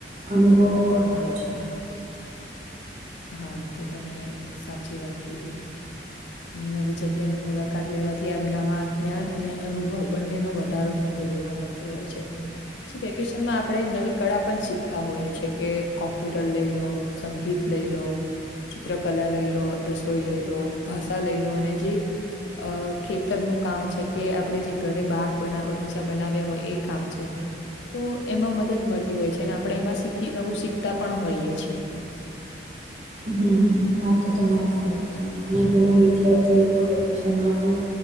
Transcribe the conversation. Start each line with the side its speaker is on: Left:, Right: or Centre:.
Right: અનુભવો પણ મળે છે.
Left: હા એ તો તમે સાચી વાત કીધી. અને નવી જગ્યા ની મુલાકાત લેવાથી એમનામાં જ્ઞાન અને અનુભવ બંને ન વધારો થતો જોવા મળતો. તો હોય છે. પ વેકેશનમાં આપડણે નવી કળા પણ શીખતા હોઈએી કે કોમ્પ્યુટર લઈ લો. સંગીત લઈ લો ચિત્રકલા લઈ લો રસોઈ લઈ લો. ભાષા લઈ લો અને જે. અ ખેતરનું કામ છે કે આપણે જે ઘરે બાગ બગીચા બનાવ્યા હોય એ કામ છે. તો એમાં મદદ મળતી હોય છે અને આપણે એમાં શીખી નવું શીખતા પણ હોઈએ છીએ.
Right: હમ વાત તો તમારી હિસાબે છે પણ ઘણા વિદ્યાર્થીઓ તો વેકેશનમાં પણ.